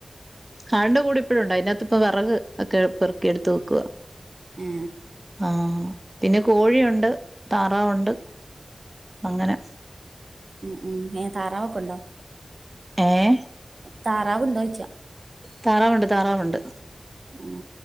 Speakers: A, on the right; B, on the right.
A: ആടിന്റെ കൂട് ഇപ്പഴും ഉണ്ട് അതിനാത്ത്പ്പൊ വെറക് ഒക്കെ പെറുക്കി എടുത്ത് വെക്കുവാ
B: ഏ
A: ആഹ് പിന്നെ കോഴിയൊണ്ട് താറാവൊണ്ട് അങ്ങനെ
B: ഉം ഉം ഏഹ് താറാവൊക്കൊണ്ടോ
A: ഏഹ്
B: താറാവ് ണ്ടോയ്ച്ച
A: താറാവുണ്ട് താറാവുണ്ട്
B: ഉം